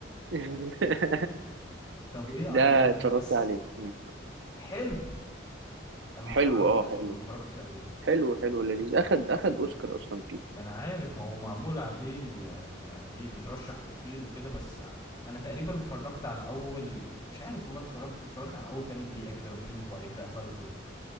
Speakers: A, on the right; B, on the left.
A: <laughs>
B: طب ايه
A: ده
B: انا انا
A: اتفرجت
B: انا بس
A: عليه مم.
B: حلو انا ما
A: حلو
B: اتفرجتش
A: اه حلو
B: انا ما اتفرجتش عليه
A: حلو
B: ما
A: حلو لذيذ اخد اخد اوسكار اصلا فيه
B: ما انا عارف ما هو معمول عليه آه، يعني ايه بيترشح كتير وكده بس انا تقريبا اتفرجت على اول مش عارف والله اتفرجت اتفرجت على اول كام دقيقة كده من الفيلم وبعد كده قفلته